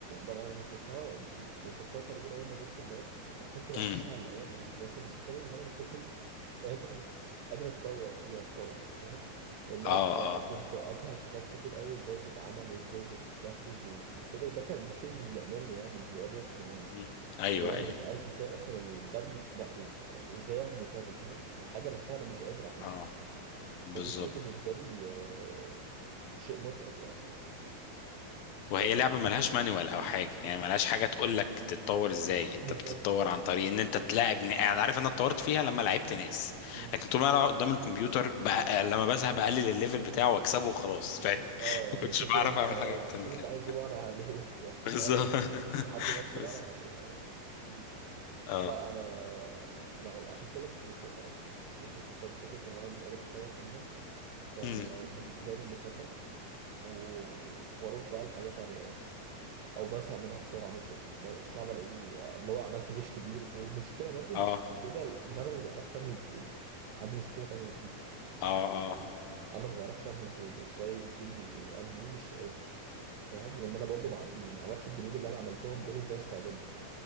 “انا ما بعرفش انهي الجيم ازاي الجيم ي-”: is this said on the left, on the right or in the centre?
Right